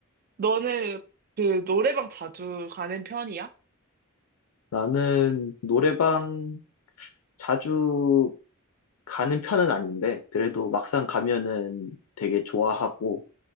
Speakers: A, on the right; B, on the left.
A: 너는 그 노래방 자주 가는 편이야?
B: 나는 노래방 자주 가는 편은 아닌데 그래도 막상 가면은 되게 좋아하고